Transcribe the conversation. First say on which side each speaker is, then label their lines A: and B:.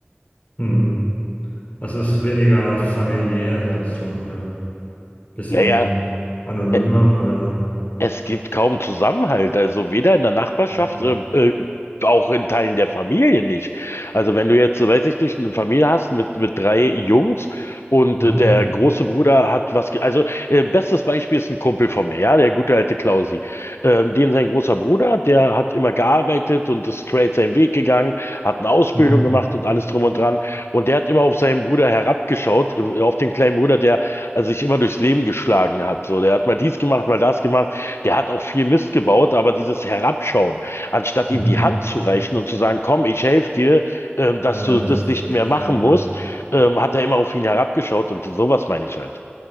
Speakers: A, on the left (about 35°); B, on the left (about 80°).
A: Mhm. Das ist weniger familiär, sagst du, oder ein bisschen
B: Naja.
A: anonymer
B: äh,
A: oder.
B: Es gibt kaum Zusammenhalt, also weder in der Nachbarschaft,
A: Mhm.
B: äh, äh, auch in Teilen der Familie nicht. Also wenn du jetzt, so weiß ich nicht, eine Familie hast mit, mit drei Jungs und
A: Mhm.
B: äh, der große Bruder hat was, ge- also äh, bestes Beispiel ist ein Kumpel von mir, ja, der gute alte Klausi. Ähm, dem sein großer Bruder, der hat immer gearbeitet und ist straight seinen Weg gegangen, hat eine Ausbildung
A: Mhm.
B: gemacht und alles drum und dran. Und der hat immer auf seinen Bruder herabgeschaut, äh, auf den kleinen Bruder, der äh, sich immer durchs Leben geschlagen hat. So, der hat mal dies gemacht, mal das gemacht. Der hat auch viel Mist gebaut, aber dieses Herabschauen, anstatt
A: Mhm.
B: ihm die Hand zu reichen und zu sagen, komm, ich helfe dir, ähm, dass
A: Naja,
B: du
A: das
B: das
A: ist
B: nicht
A: echt
B: mehr machen
A: schade.
B: musst, ähm, hat er immer auf ihn herabgeschaut und sowas meine ich halt.